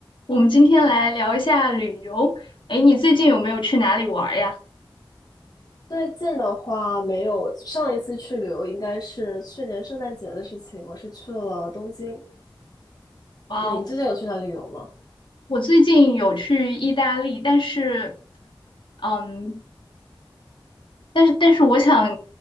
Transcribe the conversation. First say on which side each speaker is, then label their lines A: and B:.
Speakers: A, on the left; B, on the left.
A: 我们今天来聊一下旅游。哎，你最近有没有去哪里玩儿呀？
B: 最近的话没有，上一次去旅游应该是去年圣诞节的事情，我是去了东京。
A: 哇哦，
B: 那你之前有去哪旅游吗？
A: 我最近有去意大利，但是，嗯，但是但是我想